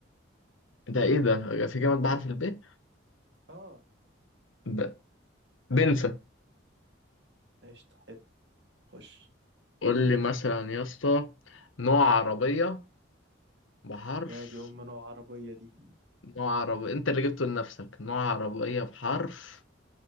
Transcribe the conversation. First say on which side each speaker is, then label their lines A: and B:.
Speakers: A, on the left (about 80°); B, on the right (about 60°).
A: ده ايه ده في جامد بحرف الب
B: اه
A: ب... بنسى
B: قشطة حلو خش
A: قول لي مثلا يا اسطى نوع عربية بحرف
B: يا دي ام نوع عربية دي
A: نوع عربية انت اللي جبته لنفسك نوع عربية بحرف